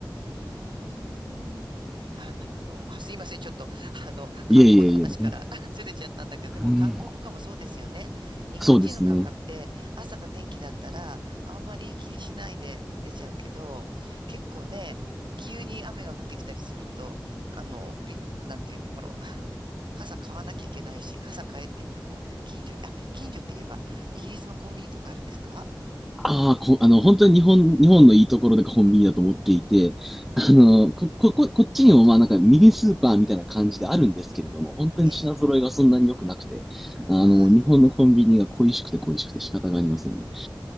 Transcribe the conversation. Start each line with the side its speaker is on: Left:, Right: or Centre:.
Right: うーん。あ、なるほど。あ、すいません。ちょっと、あの、観光の話から
Centre: いえいえいえ。
Right: <laughs> ずれちゃったんだけど、
Centre: うん
Right: でも観光とかもそうですよね。日本人の感覚で、
Centre: そうですね。
Right: 朝が天気だったら、あんまり気にしないで出ちゃうけど、結構ね、急に雨が降ってきたりすると、あの、び、なんていうんだろう。<laughs> 傘買わなきゃいけないし、傘買えって言っても、近所に、あ、近所って言えば、イギリスもコンビニとかあるんですか
Centre: ああ、ほ、あの、本当に日本、日本のいいところでコンビニだと思っていて、あの、
Right: うん。
Centre: こ、こ、ここっちにもまあなんかミニスーパーみたいな感じであるんですけれども、本当に品揃えがそんなに良くなくて、
Right: ええ。
Centre: あの、
Right: はい。
Centre: 日本のコンビニが恋しくて恋しくて仕方がありませんね。